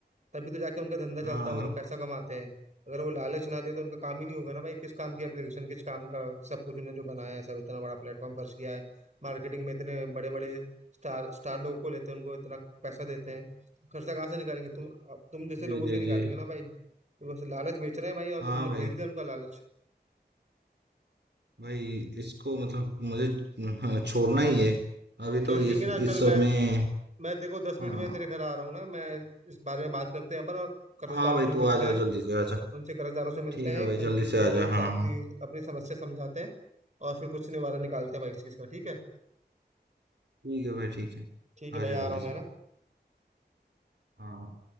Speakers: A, on the right; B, on the right.
A: तभी तो जाके उनका धंधा
B: हाँ
A: चलता है वो लोग पैसा कमाते हैं अगर वो लालच ना दे तो उनका काम ही नहीं होगा ना भाई किस काम की एप्लीकेशन किस काम का सब कुछ उन्होंने जो बनाया है सब इतना बड़ा प्लेटफॉर्म खर्च किया है मार्केटिंग में इतने बड़े बड़े स्टार स्टार लोगों को लेते हैं उनको इतना पैसा देते हैं खर्चा कहाँ से निकालेंगे तुम तुम जैसे
B: जी
A: लोगों से
B: जी
A: ही निकालेंगे
B: जी
A: ना भाई बस लालच बेच रहे हैं भाई और
B: हाँ
A: तुमने
B: भाई
A: खरीद लिया उनका लालच
B: भाई इसको मतलब मुझे अ, छोड़ना ही है अभी
A: चल
B: तो
A: ठीक
B: इस
A: है ना
B: इस
A: चल
B: सब
A: मैं
B: में
A: मैं तेरे को दस मिनट
B: हाँ
A: में तेरे घर आ रहा हूँ ना मैं इस बारे में बात करते हैं अपन और कर्जदारों
B: हाँ भाई
A: से भी
B: तू
A: मिलते
B: आ जा
A: हैं
B: जल्दी से आ जा
A: उनसे कर्जदारों से मिलते
B: ठीक है
A: हैं
B: भाई जल्दी
A: उनकी
B: से
A: उनको
B: आ जा
A: स-
B: हाँ हाँ
A: अपनी
B: हाँ।
A: अपनी समस्या समझाते हैं और फिर कुछ निवारण निकालते हैं भाई इस चीज़ का ठीक है
B: ठीक है भाई ठीक है
A: ठीक है
B: आ
A: भाई आ
B: जा जल्दी
A: रहा हूँ मैं
B: से
A: ना
B: हाँ हाँ